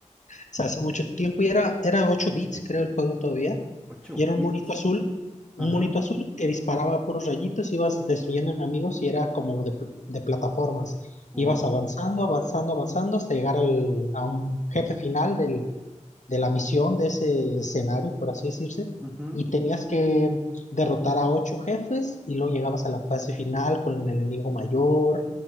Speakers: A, on the left; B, on the right.
A: sea, hace mucho tiempo y era, era 8 bits, creo, el juego todavía.
B: ocho
A: Y era
B: bits.
A: un monito azul, un
B: Ajá.
A: monito azul que disparaba puros rayitos, ibas destruyendo enemigos y era como de, pl- de plataformas.
B: Wow.
A: Ibas avanzando, avanzando, avanzando hasta llegar al, a un jefe final del, de la misión, de ese escenario, por así decirse,
B: <laughs>
A: y tenías que derrotar a ocho jefes y luego llegabas a la fase final con el enemigo mayor,